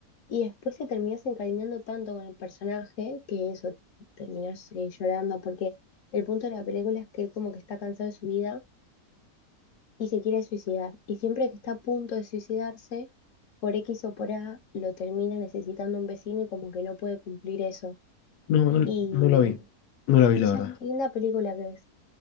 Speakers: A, on the left; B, on the left.
A: y después te terminas encariñando tanto con el personaje que eso, terminas eh, llorando, porque el punto de la película es que él como que está cansado de su vida y se quiere suicidar. Y siempre que está a punto de suicidarse, por X o por A, lo termina necesitando un vecino y como que no puede cumplir eso.
B: No, no,
A: Y
B: no la vi. No la vi,
A: no
B: la
A: sabes
B: verdad.
A: qué linda película que es.